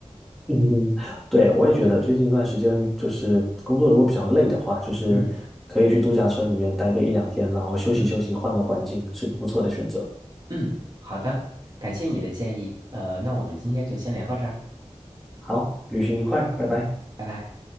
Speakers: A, in the centre; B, on the right (about 35°).
A: 嗯，对，我也觉得最近一段时间，就是工作如果比较累的话，就是可以去度假村里面待个一两天，
B: 嗯
A: 然后休息休息，
B: 嗯。
A: 换个环境，是个不错的选择。
B: 嗯，好的，感谢你的建议。呃，那我们今天就先聊到这儿，
A: 好，旅行愉快，拜拜。
B: 拜拜。